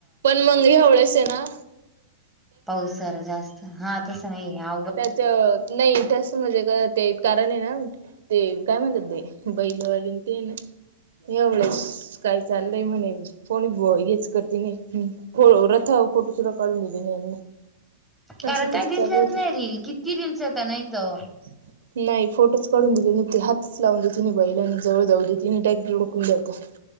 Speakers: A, on the right (about 75°); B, in the centre.
A: पणं मंगी हेवडेसेनां
B: पाऊस जरां जास्तं हां तसं नाहीे
A: त्यांचं नाहीं चं म्हंणजे ते कारणं आहे नां. ते कायं म्हणतांत ते बैलवंर ते नां. एवढसं कांहीं चाललंय म्हणे ये. कोणी येचं करते नाहीं रथं फोटो सुद्धां काढूंन दिले नाहीं यांना.
B: कारणं
A: असं तस
B: कायं दिसल्यांच
A: चालू होत
B: नाहीं रील किती रीलस येतातं नाहीतं.
A: <inaudible> <unintelligible> नाहीं फोटोचं काढूंन दिले नव्हंते हातचं लावूंन देतं तिने बाईलां जवळं जाऊं देतं नाहीं डायरेक्टं लोटून देतेया